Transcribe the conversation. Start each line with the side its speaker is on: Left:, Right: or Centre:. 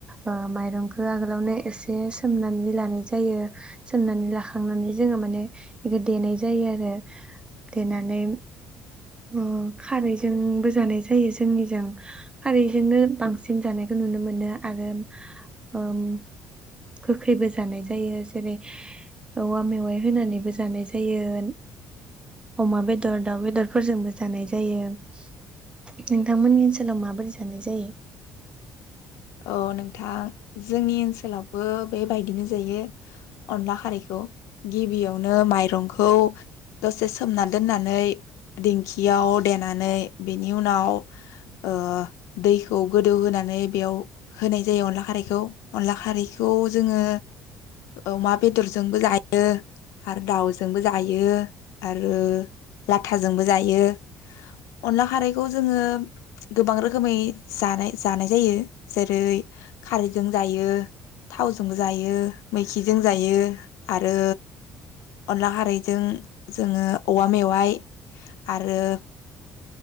Right: ओ माइरंखो आगोलावनो एसे सोमनानै लानाय जायो सोमनानै लाखा नानै जोङो माने बेखौ देनाय जायो आरो देनानै उम खारैजोंबो जानाय जायो जोंनिजा खारैजोंनो बांसिन जानायखौ नुनो मोनो आरो ओम गोखैबो जानाय जायो जेरै औवा मेवाइ होनानैबो जानाय जायो अमा बेदर दाउ बेदरफोरजोंबो जानाय जायो नोंथांमोननि ओनसोलाव माबोरै जानाय जायो?
Left: औ नोंथां जोंनि ओनसोलाव बो बेबायदिनो जायो अनला खारैखौ गिबियावनो माइरंखौ दसे सोमना दोननानै दिंखियाव देनानै बेनि उनाव ओ दैखौ गोदौहोनानै बेयाव होनाय जायो अनला खारैखौ अनला खारैखौ जोङो अमा बेदरजोंबो जायो आरो दाउजोंबो जायो आरो लाथाजोंबो जायो अनला खारैखौ जोङो गोबां रोखोमै जानाय जानाय जायो। जेरै खारैजों जायो थावजोंबो जायो मैखिजों जायो आरो अनला खारैजों जोङो औवा मेवाइ आरो